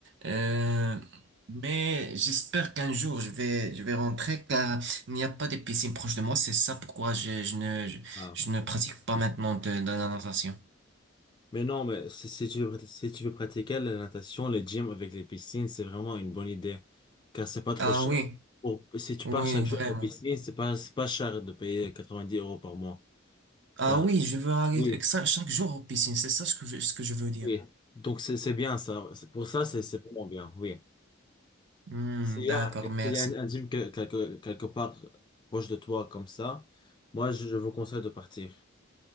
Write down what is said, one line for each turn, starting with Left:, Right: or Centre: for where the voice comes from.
Right: Euh, mais j'espère qu'un jour, je vais, je vais rentrer car il n'y a pas de piscine proche de moi. C'est ça pourquoi je, je ne, je,
Left: Ah.
Right: je ne pratique pas maintenant de, de la natation.
Left: Mais non, mais si, si tu veux, prat- si tu veux pratiquer la natation, le gym avec les piscines, c'est vraiment une bonne idée. Car c'est pas trop
Right: Ah
Left: cher.
Right: oui,
Left: Pour- si tu
Right: oui,
Left: pars chaque jour
Right: vraiment.
Left: à la piscine, c'est pas, c'est pas cher de payer 90 euros par mois.
Right: Ah
Left: Car,
Right: oui, je veux aller
Left: oui,
Right: exa- chaque jour aux piscines. C'est ça ce que, je- ce que je veux dire.
Left: oui. Donc, c'est, c'est bien ça. C'est- Pour ça, c'est, c'est vraiment bien, oui.
Right: Hmm,
Left: S'il y
Right: d'accord,
Left: a, s'il
Right: merci.
Left: y a un un gym que- quelque, quelque part proche de toi comme ça, moi, je je vous conseille de partir.